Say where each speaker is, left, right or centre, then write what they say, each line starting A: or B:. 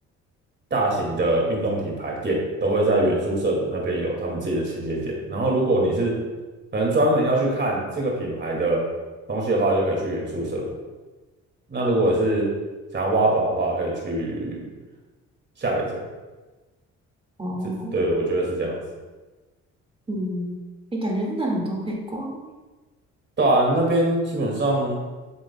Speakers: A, on the right; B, on the right.
A: 大型的运动品牌店都会在原宿涩谷那边有他们自己的倾斜点。然后，如果你是可能专门要去看这个品牌的东西的话，就可以去原宿涩谷。那如果是想要挖宝的话，可以去下北泽。
B: 哦，
A: 这对我觉得是这样子。
B: 嗯，你感觉真的很多可以逛，
A: 对啊，那边基本上